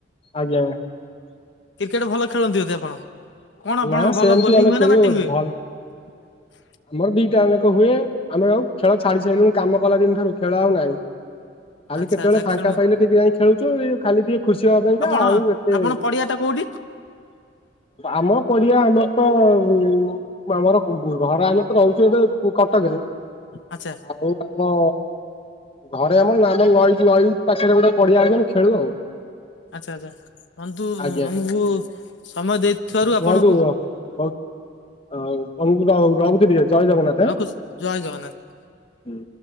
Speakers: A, on the left; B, on the left.
A: ଆଜ୍ଞା।
B: କ୍ରିର୍କେଟେ ଭଲ ଖେଳନ୍ତି ବୋଧେ ଆପଣ? କଣ ଆପଣଙ୍କ
A: ନା ସେମିତି
B: ଭଲ ବୋଲିଂ
A: ଆମେ
B: ହୁଏ
A: ଖେଳୁ
B: ନା ବ୍ୟାଟିଂ ହୁଏ?
A: ଭଲ
B: <inaudible>
A: ଆମର ଦିଟା ଯାଙ୍କ ହୁଏ, ଆମେ ଆଉ ଖେଳ ଛାଡ଼ି ସାଇଲୁଣୁ କାମ କଲା ଦିନ ଠାରୁ ଖେଳ ଆଉ ନାହିଁ। ଖାଲି
B: ଆଚ୍ଛା
A: କେତେବେଳେ
B: ଆଚ୍ଛା
A: ଫାଙ୍କା
B: ଖେଳୁନାହାନ୍ତି
A: ପାଇଲେ ଟିକେ ଯାଇ ଖେଳୁଛୁ, ଖାଲି ଟିକେ ଖୁସି ହବା ପାଇଁକା,
B: ଆପଣ
A: ଆଉ ଏତେ
B: ଆପଣ ପଡିଆ ଟା କୋଉଠି
A: ଆମ ପଡ଼ିଆ ଆମର ତ ଉମ୍ ଆମର ଘର ଆମ ରହୁଛି ଗୋଟେ କଟକରେ
B: ଆଚ୍ଛା
A: ଆଉ ଆମ ଘରେ ଆମର ଆମର ନଈ ନଈ ପାଖରେ ଗୋଟେ ପଡିଆ ଅଛି ଆମେ ଖେଳୁ ଆଉ।
B: ଆଚ୍ଛା ଆଚ୍ଛା, ବନ୍ଧୁ
A: ଆଜ୍ଞା
B: ଆମକୁ ସମୟ ଦେଇଥିବାରୁ ଆପଣ
A: <unintelligible> ଜଗନ୍ନାଥ।
B: ରଖୁଛି ଜୟ ଜଗନ୍ନାଥ।
A: ହୁଁ।